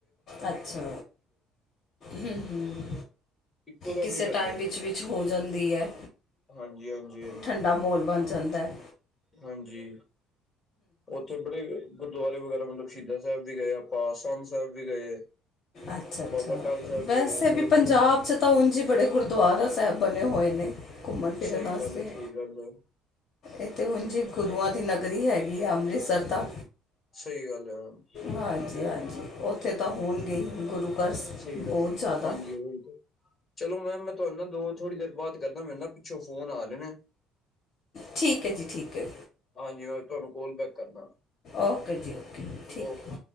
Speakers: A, on the left; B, on the left.
A: ਅੱਛਾ ਹਮ ਹਮ।
B: ਇੱਕੋ ਦਮ
A: ਕਿਸੇ
B: ਹੀ ਬੰਨਣ
A: ਟਾਈਮ ਵਿੱਚ ਵਿੱਚ ਹੋ ਜਾਂਦੀ ਹੈ
B: ਹਾਂਜੀ ਹਾਂਜੀ ਹਾਂਜੀ
A: ਠੰਡਾ ਮੋਲ ਬਣ ਜਾਂਦਾ ਹੈ।
B: ਹਾਂਜੀ ਉੱਥੇ ਬੜੇ ਗੁਰਦੁਆਰੇ ਵਗੈਰਾ ਮਤਲਬ ਸ਼ਹੀਦਾਂ ਸਾਹਿਬ ਵੀ ਗਏ, ਆਪ ਸੰਤ ਸਾਹਿਬ ਵੀ ਗਏ।
A: ਅੱਛਾ ਅੱਛਾ
B: ਬਾਬਾ ਟਾਲ ਸਾਹਿਬ
A: ਵੈਸੇ
B: ਗਏ ਮਤਲਬ
A: ਵੀ ਪੰਜਾਬ
B: ਬੜੇ
A: ਤਾਂ ਹੁਣ ਜੀ ਬੜੇ ਗੁਰਦੁਆਰਾ ਸਾਹਿਬ ਬਣੇ ਹੋਏ ਨੇ ਘੁੰਮਣ ਫਿਰਨ
B: ਸਹੀ
A: ਵਾਸਤੇ।
B: ਗੱਲ ਹੈ, ਸਹੀ ਗੱਲ ਹੈ,
A: ਇੱਥੇ ਉਜੀ ਗੁਰੂਆਂ ਦੀ ਨਗਰੀ ਹੈਗੀ ਆ ਅੰਮ੍ਰਿਤਸਰ ਤਾਂ।
B: ਸਹੀ ਗੱਲ ਹੈ ਮੈਮ
A: ਹਾਂਜੀ ਹਾਂਜੀ ਉੱਥੇ ਤਾਂ ਹੋਣਗੇ ਗੁਰੂ ਘਰ
B: ਸਹੀ
A: ਬਹੁਤ
B: ਗੱਲ ਜੀ
A: ਜ਼ਿਆਦਾ
B: ਹਾਂਜੀ ਉਹ ਚਲੋ ਮੈਮ ਮੈਂ ਤੁਹਾਨੂੰ ਨਾ ਦੋ ਥੋੜੀ ਦੇਰ ਬਾਅਦ ਕਰਦਾ ਮੇਰੇ ਨਾ ਪਿੱਛੋਂ ਫੋਨ ਆ ਰਹੇ ਨੇ।
A: ਠੀਕ ਹੈ ਜੀ ਠੀਕ ਹੈ।
B: ਹਾਂਜੀ ਮੈਂ ਤੁਹਾਨੂੰ ਕੋਲ ਬੈਕ ਕਰਦਾ।
A: ਓਕੇ ਜੀ ਓਕੇ। ਠੀਕ
B: ਓਕੇ।